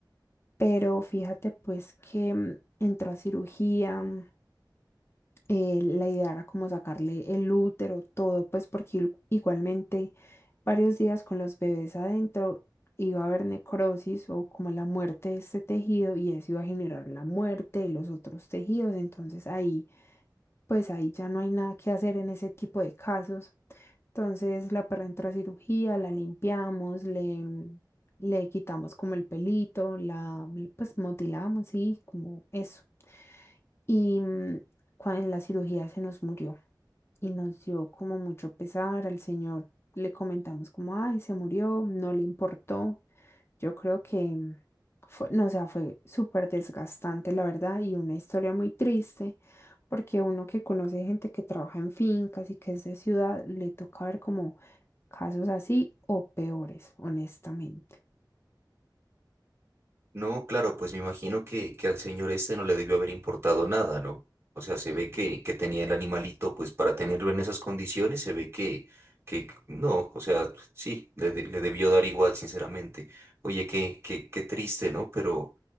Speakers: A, on the left (about 35°); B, on the right (about 35°).
A: Pero fíjate pues que mm, entró a cirugía, eh, la idea era como sacarle el útero, todo, pues porque il- igualmente varios días con los bebés adentro iba a haber necrosis o como la muerte de este tejido y eso iba a generar la muerte de los otros tejidos. Entonces ahí, pues ahí ya no hay nada que hacer en ese tipo de casos. Entonces la perra entra a cirugía, la limpiamos, le, mm, le quitamos como el pelito, la pues motilamos, sí, como eso. Y mm, cua- en la cirugía se nos murió y nos dio como mucho pesar al señor. Le comentamos como, ay, se murió, no le importó. Yo creo que mm, fue, no, o sea, fue súper desgastante, la verdad, y una historia muy triste, porque uno que conoce gente que trabaja en fincas y que es de ciudad, le toca ver como casos así o peores, honestamente.
B: No, claro, pues me imagino que, que al señor este no le debió haber importado nada, ¿no? O sea, se ve que, que tenía el animalito, pues para tenerlo en esas condiciones, se ve que, que no, o sea, sí, le, de- le debió dar igual, sinceramente. Oye, qué, qué, qué triste, ¿no? Pero,